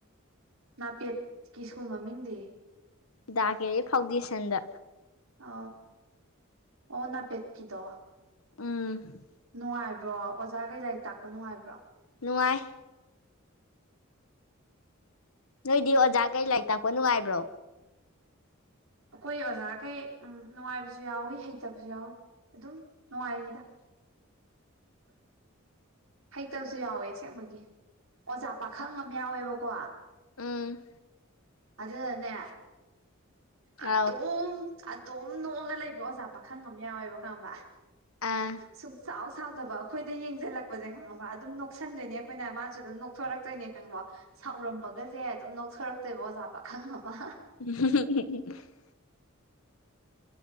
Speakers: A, on the right; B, on the left.
A: ꯅꯥꯄꯦꯠꯀꯤ ꯁ꯭ꯀꯨꯜ ꯃꯃꯤꯡꯗꯤ
B: ꯗꯥꯀꯦꯔꯦ ꯐꯥꯎꯗꯦꯁꯟꯗ
A: ꯑ ꯑꯣ ꯅꯥꯄꯦꯠ ꯀꯗꯣ
B: ꯎꯝ
A: ꯅꯨꯡꯉꯥꯏꯕ꯭ꯔꯣ ꯑꯣꯖꯥꯈꯩ ꯂꯥꯏꯔꯤꯛ ꯇꯥꯛꯄ ꯅꯨꯡꯉꯥꯏꯕ꯭ꯔꯣ
B: ꯅꯨꯡꯉꯥꯏ ꯅꯣꯏꯗꯤ ꯑꯣꯖꯥ ꯀꯔꯤ ꯂꯥꯏꯔꯤꯛ ꯇꯥꯛꯄ ꯅꯨꯡꯉꯥꯏꯕ꯭ꯔꯣ
A: ꯑꯩꯈꯣꯏ ꯑꯣꯖꯥꯈꯩ ꯎꯝ ꯅꯨꯡꯉꯥꯏꯕꯁꯨ ꯌꯥꯎꯏꯤ ꯍꯩꯇꯕꯁꯨ ꯌꯥꯎꯏꯤ ꯑꯗꯨꯝ ꯅꯨꯡꯉꯥꯏꯔꯤꯗ <inaudible> ꯍꯩꯇꯕꯁꯨ ꯌꯥꯎꯋꯦ ꯑꯁꯦꯡꯕꯒꯤ ꯑꯣꯖꯥ ꯄꯥꯈꯪ ꯑꯃ ꯌꯥꯎꯋꯦꯕꯀꯣ
B: ꯎꯝ
A: ꯑꯗꯗꯅꯦ ꯑ
B: ꯑꯥꯎ
A: ꯇꯣ ꯑꯗꯨꯝ ꯅꯣꯛꯉꯒ ꯂꯩꯕ ꯑꯣꯖꯥ ꯄꯥꯈꯪ ꯑꯃ ꯌꯥꯎꯋꯦꯕꯀꯝꯕ
B: ꯑꯥ
A: ꯁꯨꯝ ꯆꯥꯎ ꯁꯥꯎꯗꯕ ꯑꯩꯈꯣꯏꯗ ꯌꯦꯡꯁꯤꯜꯂꯛꯄꯁꯦ ꯈꯪꯉꯕ ꯑꯗꯨꯝ ꯅꯣꯛꯁꯟꯗꯣꯏꯅꯦ ꯑꯩꯈꯣꯏꯅ ꯃꯥꯁꯨ ꯑꯗꯨꯝ ꯅꯣꯛꯊꯣꯔꯛꯇꯣꯏꯅꯦ ꯈꯪꯉꯕ ꯁꯥꯎꯔꯝꯕꯒꯁꯦ ꯑꯗꯨꯝ ꯅꯣꯛꯊꯣꯔꯛꯇꯣꯏꯕ ꯑꯣꯖꯥ ꯄꯥꯈꯪ ꯑꯃ
B: ꯎ